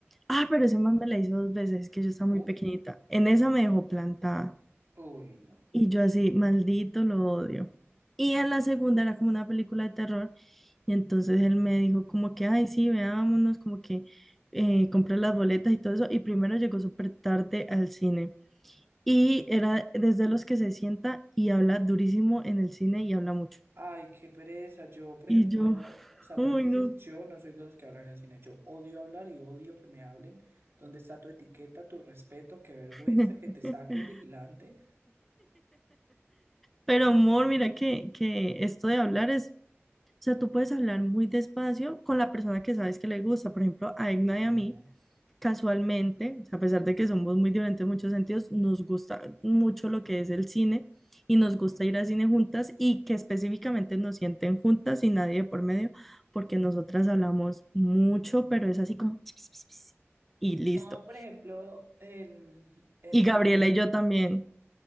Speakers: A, in the centre; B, on the right.
A: Ah, pero ese man me la hizo dos veces, que yo estaba
B: oh,
A: muy pequeñita. En esa me dejó plantada.
B: uy, no.
A: Y yo así, maldito, lo odio. Y en la segunda era como una película de terror. Y entonces él me dijo como que, ay, sí, veámonos, como que eh, compré las boletas y todo eso. Y primero llegó súper tarde al cine. Y era desde los que se sienta y habla durísimo en el cine y habla mucho.
B: Ay, qué pereza. Yo, por ejemplo,
A: Y yo,
B: o sea,
A: uy,
B: paréntesis,
A: no.
B: yo no soy de los que hablan en el cine. Yo odio hablar y odio que me hablen. ¿Dónde está tu etiqueta, tu respeto? Qué vergüenza
A: <laughs>
B: que te saque el vigilante.
A: Pero amor, mira que, que esto de hablar es O sea, tú puedes hablar muy despacio con la persona que sabes que le gusta. Por ejemplo, a Egna
B: No.
A: y a mí, casualmente, o sea, a pesar de que somos muy diferentes en muchos sentidos, nos gusta mucho lo que es el cine y nos gusta ir al cine juntas y que específicamente nos sienten juntas y nadie de por medio, porque nosotras hablamos mucho, pero es así como <laughs> y listo.
B: No, por ejemplo, en, en,
A: Y Gabriela
B: en un-
A: y yo también.